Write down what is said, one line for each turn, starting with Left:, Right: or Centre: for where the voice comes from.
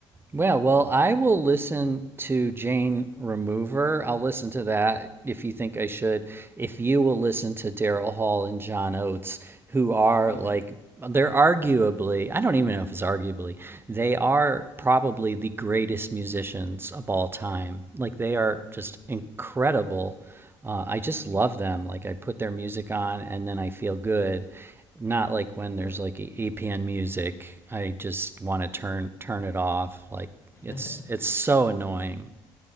Right: Yeah, well, I will listen to Jane Remover. I'll listen to that if you think I should. If you will listen to Daryl Hall and John Oates, who are
Left: Okay.
Right: like, they're arguably, I don't even know if it's arguably, they are probably the greatest musicians of all time. Like, they are
Left: Mm.
Right: just incredible. Uh, I just love them. Like, I put their music on and then I feel good not like when
Left: Right.
Right: there's like E- EPN music. I just want to turn turn it off. Like
Left: <laughs>
Right: it's it's so annoying.